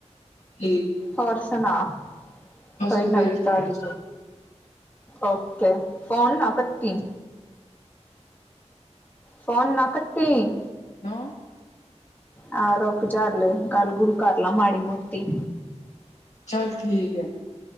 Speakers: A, on the left (about 75°); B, on the left (about 15°).
A: ਜੀ।
B: ਹੋਰ ਸੁਣਾ, ਕੋਈ
A: ਵਧੀਆ
B: ਨਵੀਂ
A: ਠੀਕ
B: ਤਾਜ਼ੀ?
A: ਚੱਲ
B: ਓਕੇ ਫੋਨ ਨਾ ਕੱਟੀ। ਫੋਨ ਨਾ ਕੱਟੀ।
A: ਨਾ
B: ਹਾ ਰੁਕ ਜਾ ਹਜੇ ਗਲ ਗੁਲ ਕਰ ਲਾ ਮਾੜੀ ਮੋਟੀ।
A: ਚਲ ਠੀਕ ਹੈ।